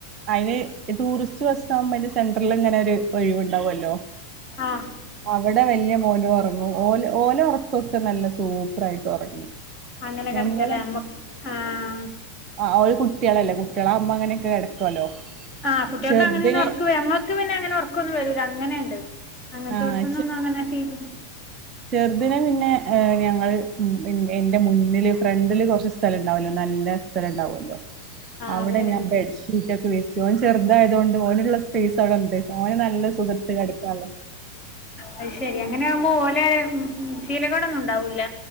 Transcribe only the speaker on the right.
അയിന്- ഈ ടൂറിസ്റ്റ് ബസ്സാമ്പോ അതിന്റെ സെൻട്രിലിങ്ങനെ ഒരു ഒഴിവുണ്ടാവല്ലോ?
അവിടെ വല്യ മോനു ഒറങ്ങു ഓല്- ഓല് ഒറക്കോക്കെ നല്ല സൂപ്പറായിട്ട് ഒറങ്ങി.
ഞമ്മള്
ആഹ് ഓര് കുട്ട്യാളല്ലേ കുട്ടികളാമ്പം അങ്ങനെയൊക്കെ കെടക്കുവല്ലോ.
ചെറുതിന്
ആഹ്
ചെറ്തിനെ പിന്നെ ഞങ്ങൾ എൻ്റെ മുന്നില് ഫ്രണ്ടില് കൊറച്ച് സ്ഥലം ഇണ്ടാവൂല്ലോ നല്ല- സ്ഥലം ഇണ്ടാവല്ലോ
അവിടെ
ഞാൻ- ബെഡ്ഷീറ്റോക്കെ വിരിച്ച് ഓൻ ചെറുതായതൊണ്ട് ഓനുള്ള- സ്പേസടൊണ്ട് ഓന് നല്ല സുഖത്ത് കെടക്കാനൊള്ള.